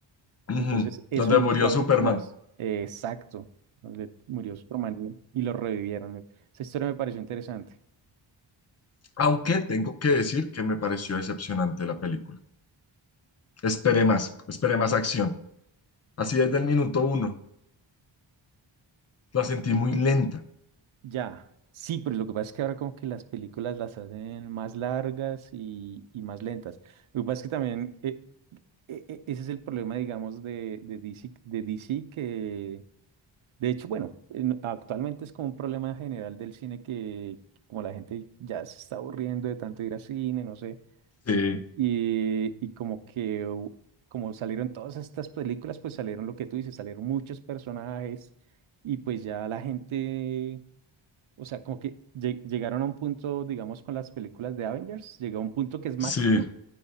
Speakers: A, on the left (about 35°); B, on the right (about 80°).
A: ujú,
B: Entonces, eso
A: Donde
B: me gustó
A: murió Superman.
B: mucho más. Eh, exacto, donde murió Superman y, y lo revivieron. Me- Esa historia me pareció interesante.
A: Aunque tengo que decir que me pareció decepcionante la película. Esperé más, esperé más acción. Así desde el minuto uno. La sentí
B: Y
A: muy
B: pues,
A: lenta.
B: Ya, sí, pero lo que pasa es que ahora como que las películas las hacen más largas y, y más lentas. Lo que pasa es que también eh, eh, eh, ese es el problema, digamos, de, de DC, de DC que De hecho, bueno, en- actualmente es como un problema general del cine que como la gente ya se está aburriendo de tanto ir al cine, no sé,
A: Sí,
B: y, y como que u- como salieron todas estas películas, pues salieron lo que tú dices, salieron muchos personajes y pues ya la gente, o sea, como que lle- llegaron a un punto, digamos, con las películas de Avengers, llegó a un punto que es máximo
A: sí,